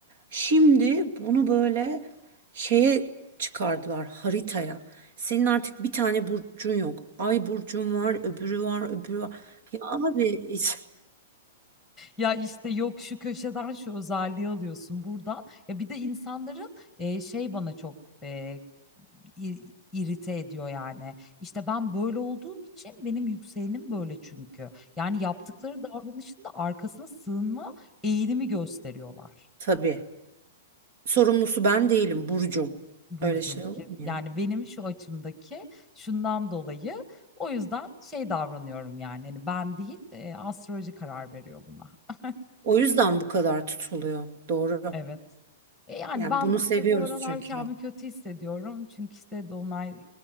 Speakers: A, on the right; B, in the centre.
A: şimdi bunu böyle şeye çıkardılar haritaya. Senin artık bir tane burcun yok. Ay burcun var, öbürü var, öbürü var. Ya abi hiç-
B: Ya işte yok şu köşeden şu özelliği alıyorsun buradan. Ya bir de insanların e, şey bana çok e, i- irite ediyor yani. İşte ben böyle olduğum için benim yükselenim böyle çünkü. Yani yaptıkları davranışın da arkasına sığınma eğilimi gösteriyorlar.
A: tabii sorumlusu ben değilim burcum.
B: burcum
A: Öyle şey olur mu ya?
B: Yani benim şu açımdaki şundan dolayı o yüzden şey davranıyorum yani hani ben değil e, astroloji karar veriyor buna. <laughs>
A: O yüzden bu kadar tutuluyor. Doğru.
B: Evet. E yani
A: Yani
B: ben
A: bunu
B: işte
A: seviyoruz
B: bu aralar
A: çünkü.
B: kendimi kötü hissediyorum. Çünkü işte dolunay